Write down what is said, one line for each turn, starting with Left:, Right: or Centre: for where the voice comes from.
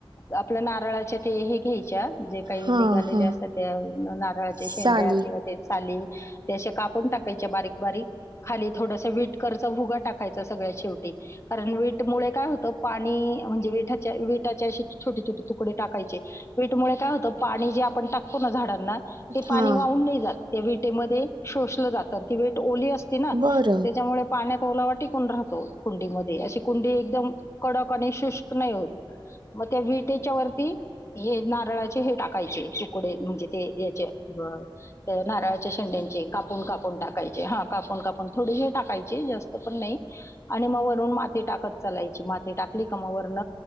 Left: आप नारळाचे ते हे घ्यायचे. जे काही
Right: हा
Left: निघालेले
Right: हा
Left: असतात त्या नारळाच्या
Right: साली
Left: शेंड्या किंवा ते चाली ते असे कापून टाकायचे बारीक बारीक खाली थोडस विट करच भुगा टाकायच सगळ्या शेवटी कारण विट मु काय होत पाणी म्हणजे विाच्या विटाच्या अशी छोटी छोट तुकडे टाकायचे पीठमुळे काय होतं पाणी जे आपण टातो ना झाडात. ते पाणी
Right: हा
Left: वाहून नाही जात. ते विटेमध्ये शोषलं जातं. अ ती वीट ओली असती ना त
Right: बरं
Left: तेच्यामुळे पाण्यात ओलावा टिकून राहतो कुंडी मधे अशी कुंडी एकदम कडक आणि शुष्क नाही होत. म त्या वीटे. त्याच्या वती हे नारळाचे हे टाकायचे तुकडे म्हणजे ते याचे ते नारळाच्या शेंड्यांचे कापून कापून टाकायचे हा. कापून कापून खुर्डी ने टाकायचे जास्त पण नाही आणि म वरून माती टाकत चलायची माती टाकली काम वरन